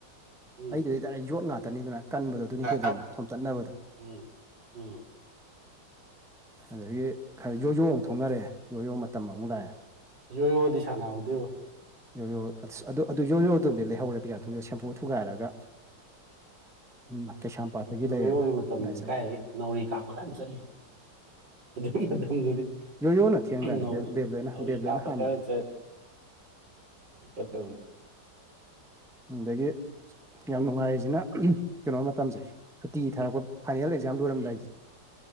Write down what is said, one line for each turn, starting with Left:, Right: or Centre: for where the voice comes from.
Right: ꯁꯥꯕꯅꯤꯗꯅ
Centre: ꯑꯩꯗꯨꯗꯤ ꯗꯥꯏꯔꯦꯠ ꯌꯣꯠ ꯉꯥꯛꯇꯅꯤꯗꯅ ꯀꯟꯕꯗꯣ ꯑꯗꯨꯅ ꯍꯦꯜꯂꯤꯗꯅ
Right: ꯀꯟ
Centre: ꯊꯣꯝꯆꯠꯅꯕꯗ꯫
Right: ꯎꯝ ꯎꯝ
Centre: ꯑꯗꯒꯤ ꯈꯔ ꯌꯣꯌꯣ ꯑꯃ ꯊꯣꯛꯅꯔꯛꯑꯦ ꯌꯣꯌꯣ ꯃꯇꯝ ꯑꯃꯃꯨꯛ ꯂꯥꯛ ꯑꯦ꯫
Right: ꯌꯣ ꯌꯣ ꯗꯤꯁꯥꯅ ꯍꯧꯗꯦꯕꯣ꯫
Centre: ꯌꯣꯌꯣ ꯑꯗꯨ ꯌꯣꯌꯣ ꯑꯗꯨꯝꯗꯤ ꯂꯩꯍꯧꯔꯦ ꯄꯩꯁꯥ ꯇꯨꯡꯖꯟꯂꯒ ꯁꯦꯝꯐꯨ ꯊꯨꯒꯥꯏꯔꯒ꯫ ꯎꯝ ꯀꯩꯁꯥꯝꯄꯥꯠꯇꯒꯤ
Right: ꯌꯣꯌꯣꯒꯤ
Centre: ꯂꯩꯔꯦ ꯑꯗꯨꯗꯥꯥꯏ
Right: ꯃꯇꯝꯗꯨꯗꯤ
Centre: ꯆꯠꯂ꯫
Right: ꯀꯥꯏꯗꯒꯤ ꯅꯥꯎꯔꯤ ꯀꯥꯞꯄꯀꯥꯟ ꯆꯠꯂꯤ ꯑꯗꯨꯒꯤ ꯃꯇꯝꯗꯨꯗꯤ꯫
Centre: ꯌꯣꯌꯣꯅ ꯊꯦꯡꯗꯥꯏꯅꯦ
Right: ꯅꯧꯔꯤ
Centre: ꯕꯦ ꯕꯦꯕ꯭ꯂꯦꯠꯅ
Right: ꯅꯧꯔꯤ
Centre: ꯕꯦꯕ꯭ꯂꯦꯠꯅ
Right: ꯀꯥꯄ
Centre: ꯍꯥꯟꯕꯅꯦ
Right: ꯀꯔ ꯆꯠ ꯀꯥꯟ ꯇꯧꯔꯤ꯫
Centre: ꯑꯗꯒꯤ꯫ ꯌꯥꯝ ꯅꯨꯡꯉꯥꯏꯔꯤꯁꯤꯅ ꯀꯩꯅꯣ ꯃꯇꯝꯁꯦ ꯁꯨꯇꯤ ꯊꯥꯔꯛꯄ ꯐꯥꯏꯅꯦꯜ ꯑꯦꯛꯖꯥꯝ ꯂꯣꯏꯔꯝꯗꯥꯏꯒꯤꯁꯦ꯫